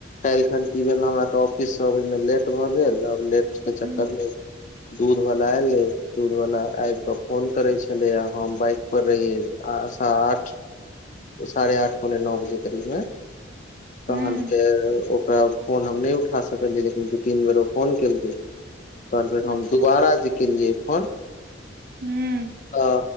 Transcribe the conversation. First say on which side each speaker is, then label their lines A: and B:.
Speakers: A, on the left (about 40°); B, on the right (about 50°).
A: काल्हि खन की भेल हमरा तऽ ऑफिस सँ अबै मे लेट भऽ गेल आ लेट के
B: हँ
A: चक्कर मे दूध बला एलै दूधक्षवला आबि कऽ फोन करै छलैए हम बाइकक्षपर रहियै आ शा आठ साढ़े आठ पौने नओ बजे करीब मे
B: हूँ
A: तहन फेर ओकरा फोन हम नय उठा सकलियै लेकिन दू तीन बेर ओ फोन केलकै तन फेर हम
B: अच्छा
A: दुोबारा जे केलियै फोन
B: हूँ
A: त